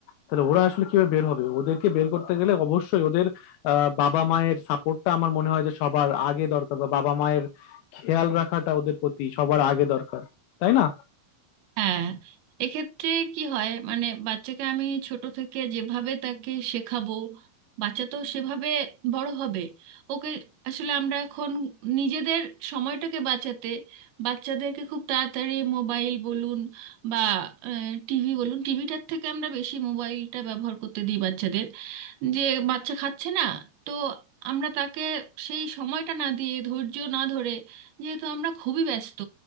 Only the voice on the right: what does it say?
হ্যাঁ এক্ষেত্রে কি হয় মানে বাচ্চাকে আমি ছোট থেকে যেভাবে তাকে শেখাবো বাচ্চা তো সেভাবে বড় হবে ওকে আসলে আমরা এখন নিজেদের সময়টাকে বাঁচাতে বাচ্চাদেরকে খুব তাড়াতাড়ি মোবাইল বলুন বা টিভি বলুন টিভিটার থেকে আমরা বেশি মোবাইলটা ব্যবহার করতে দিই বাচ্চাদের যে বাচ্চা খাচ্ছে না তো আমরা তাকে সেই সময়টা না দিয়ে ধৈর্য না ধরে যেহেতু আমরা খুবই ব্যস্ত